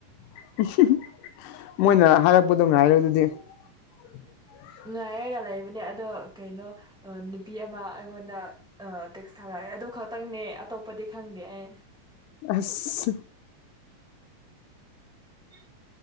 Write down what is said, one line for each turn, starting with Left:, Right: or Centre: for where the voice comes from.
Left: <inaudible> ꯃꯣꯏꯅ ꯍꯥꯏꯔꯛꯄꯗꯣ ꯉꯥꯏꯔꯣ ꯑꯗꯨꯗꯤ <inaudible>
Centre: ꯉꯥꯏꯔꯒ ꯂꯩꯕꯅꯦ ꯑꯗꯣ ꯀꯩꯅꯣ ꯅꯨꯄꯤ ꯑꯃ ꯑꯩꯉꯣꯟꯗ ꯑꯥ ꯇꯦꯛꯁ ꯊꯥꯔꯛꯑꯒ ꯑꯗꯨ ꯈꯇꯪꯅꯦ ꯑꯇꯣꯞꯄꯗꯤ ꯈꯪꯗꯦ ꯑꯩ
Left: ꯑꯁ
Centre: <inaudible>